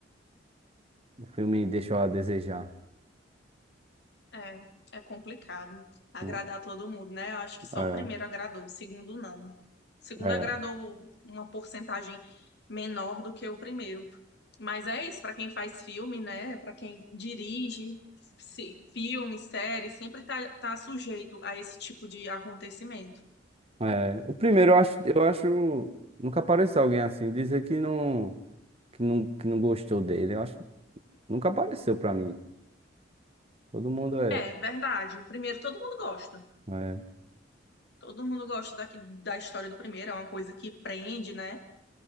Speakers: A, on the right; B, on the left.
A: O filme deixou a desejar.
B: É, é complicado agradar
A: Hum,
B: todo mundo, né? Eu acho que só
A: É,
B: o primeiro agradou, o segundo não. O segundo
A: é,
B: agradou uma porcentagem menor do que o primeiro. Mas é isso, para quem faz filme, né? Para quem dirige se- filme, série, sempre tá, tá sujeito a esse tipo de acontecimento.
A: é. O primeiro eu acho, eu acho nunca apareceu alguém assim dizer que não, que não, que não gostou dele. Eu acho nunca apareceu pra mim. Todo mundo é,
B: É, verdade. O primeiro todo mundo gosta.
A: é,
B: Todo mundo gosta daqui, da história do primeiro, é uma coisa que prende, né?